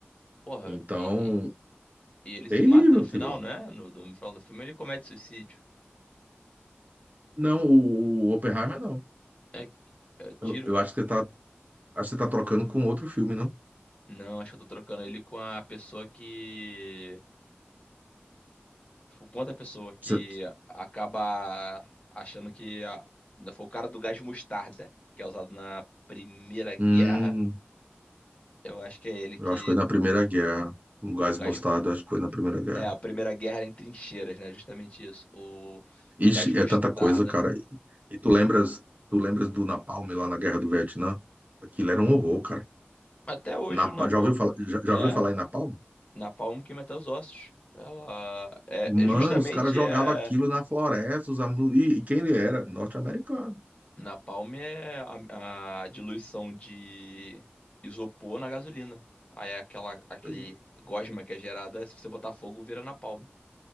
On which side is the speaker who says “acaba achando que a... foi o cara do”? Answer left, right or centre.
Left